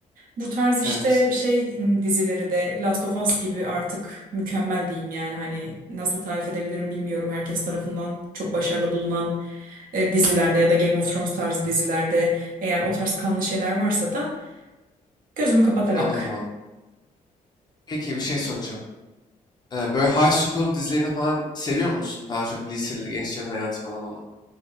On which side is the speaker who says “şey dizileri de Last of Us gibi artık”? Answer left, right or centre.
Right